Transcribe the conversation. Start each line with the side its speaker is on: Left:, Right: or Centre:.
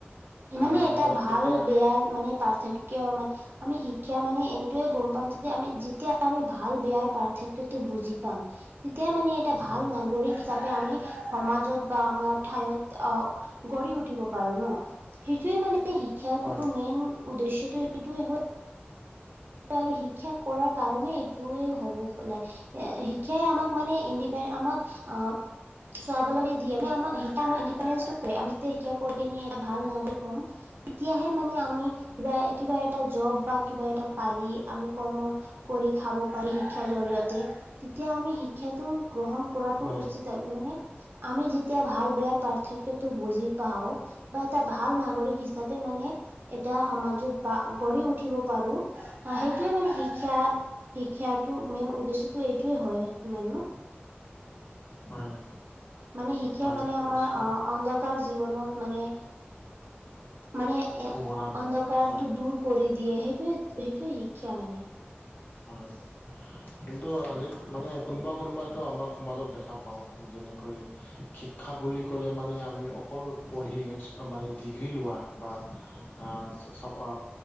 Left: আহ
Right: মানে
Left: আমাৰ
Right: এটা ভাল-বেয়াৰ
Left: এতিয়া
Right: মানে পাৰ্থক্য মান আমি শিক্ষা মানে এইটোয়ে গম পাম যে, আমি যেতিয়া আমি ভাল বেয়াৰ পাৰ্থক্যটো বুজি পাম। তেতিয়া মানে এটা ভাল
Left: হয়
Right: নাগৰিক হিচাপে আমি সমাজত বা আমাৰ ঠাইত আহ গঢ়ি উঠিব পাৰো ন। সেইটোৱে মানে শিক্ষাটো
Left: হয়
Right: মেইন উদ্দেশ্যটো এইটোয়ে হয়। আৰু শিক্ষা কৰাৰ কাৰণে এইটোয়ে হ'ব লাগে। শিক্ষাই আমাক মানে ইণ্ডিপেন আমাক আহ স্বাৱলম্বী দিয়ে ন আমাক আমাৰ ইনডিপেডেটো আমি শিক্ষা কৰি কিনে এটা ভাল নাগৰিক হ'ম। <unintelligible> তেতিয়াহে মানে আমি কিবা কিবা এটা জব বা কিবা এটা পালি আমি কৰ্ম কৰি খাব পাৰি শিক্ষাৰ জৰিয়তে। তেতিয়া আমি শিক্ষাটো গ্ৰহণ কৰাটো
Left: হয়
Right: উচিত আৰু মানে আমি যেতিয়া ভাল বেয়াৰ পাৰ্থক্যটো বুজি পাওঁ বা এটা ভাল নাগৰিক হিচাপে মানে এটা সমাজত বা গঢ়ি উঠিব পাৰোঁ। আ সেইটোৱে মানে শিক্ষা শিক্ষাটো মেইন উদ্দেশ্যটো এইটোৱে হয় মানুহ।
Left: হয়
Right: মানে শিক্ষাই
Left: হয়
Right: মানে আমাৰ
Left: নিশ্চয়
Right: অ অনদক কাৰ জীৱনত মানে মানে
Left: পোহৰা নাই
Right: অন্ধকাৰটো
Left: হয়
Right: দূৰ কৰি দিয়ে সেইটোৱে সেইটোৱে শিক্ষা মানে।
Left: হয়, কিন্তুটো আজি মানে কোনবা কোনবাটো আমাৰ সমাজত দেখা পাওঁ যেনেকৈ শিক্ষা বুলি ক'লে মানে আমি অকল পঢ়ি মানে ডিগ্ৰী লোৱা বা আ চাবা